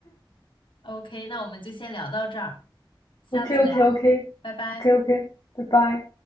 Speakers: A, on the left; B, on the left.
A: OK，那我们就先聊到这儿，下次聊，
B: OK OK OK
A: 拜拜。
B: OK OK，拜拜。